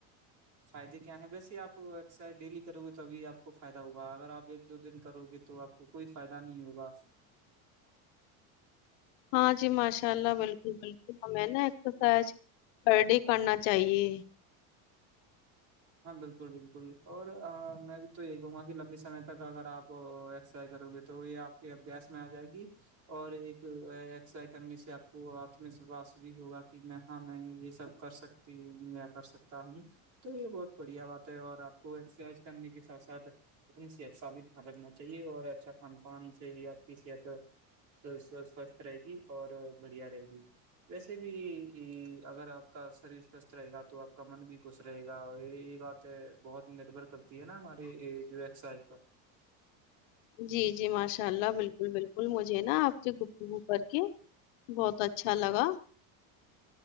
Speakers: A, on the right; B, on the left.
A: فائدے کیا ہیں ویسے آپ اکزرسائز ڈیلی کرو گے تو ابھی آپ کو فائدہ ہوگا اگر آپ ایک دو دن کرو گے تو آپ کو کوئی فائدہ نہیں ہوگا
B: ہاں جی ماشاء اللہ بالکل بالکل ہمیں نا ایکسرسائز پر ڈے کرنا چاہیے
A: ہاں بالکل بالکل اور میں بھی تو یہی کہوں گا کہ لمبی سمے تک اگر آپ ایکسرسائز کرو گے تو تو یہ آپ کے ابیاس میں آ جائے گی اور ایک اکسرسیز کرنے سے آپ کو آتم وشواس بھی ہوگا کہ میں ہاں میں یہ سب کر سکتا میں کر سکتا ہوں تو یہ بہت بڑھیا بات ہے اور آپ کو ایکرسائز کرنے کے ساتھ ساتھ اپنی صحت کا بھی دھیان رکھنا چاہیے اور اچھا کھان پان سے ہی آپ کی صحت صو سوستھ رہے گی اور بڑھیا رہے گی ویسے بھی اگر آپ کا شریر سوستھ رہے گا تو آپ کا من بھی خوش رہے گا اور یہ بات ہے بہت نربھر کرتی ہے نا ہماری جو ایکزرسائز پر
B: جی جی ماشاء اللہ بالکل بالکل مجھے نا آپ سے وہ کر کے بہت اچھا لگا